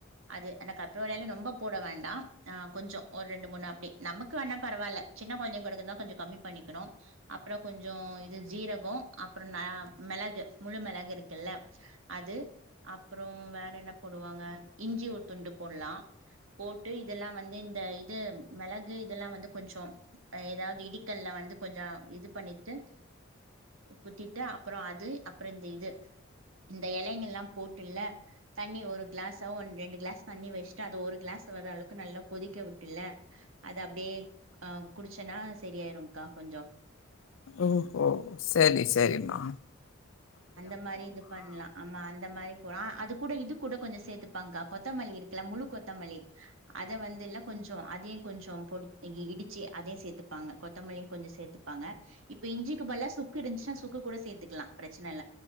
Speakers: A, on the right; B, on the left.
A: அது கற்பூரவள்ளி எல ரொம்ப போட வேண்டா ஆ கொஞ்சோ ஒரு ரெண்டு மூணு அப்டி நமக்கு வேணா பரவாயில்ல சின்ன கொழந்தங்களுக்கு தா கொஞ்சோ கம்மி பண்ணிக்கணு அப்புற கொஞ்ச இது ஜீரகோ அப்புற மிளகு முழு மிளகு இருக்குல்ல அது அப்புறோ வேற என்ன போடுவாங்க இஞ்சி ஒரு துண்டு போடலா போட்டு இதெல்லா வந்து இந்த இது மிளகு இதெல்லா வந்து கொஞ்சோ ஏதாவது இடிக்கல்ல வந்து கொஞ்ச இது பண்ணிட்டு குத்திட்டு அப்புற அது அப்புற இந்த இது இந்த எலைங்கள் எல்லா போட்டுல தண்ணி ஒரு கிளாஸ் ஒ ரெண்டு கிளாஸ் தண்ணி வச்சுட்டு அது ஒரு கிளாஸ் வர்ற அளவுக்கு நல்லா கொதிக்க விட்டுல அது அப்படியே ஆ குடிச்சன்னா செரிய ஆயிருகா கொஞ்சோ
B: ஓஹோ சேரி சேரிமா
A: அந்த மாரி இது பண்லா ஆம்மா அந்த மாரி போல அது கூட இது கூட கொஞ்ச சேத்து ப்பாங்கா கொத்தமல்லி இருக்குல முழு கொத்தமல்லி அத வந்து இல்ல கொஞ்சோ அதையு கொஞ்சோ பொ இடிச்சு அதைய சேர்த்துப்பாங்க கொத்தமல்லி கொஞ்சோ சேர்த்துப்பாங்க இப்ப இஞ்சிக்கு பதிலா சுக்கு இருஞ்னா சுக்கு க்கு சேர்த்துக்லா பிரச்சன இல்ல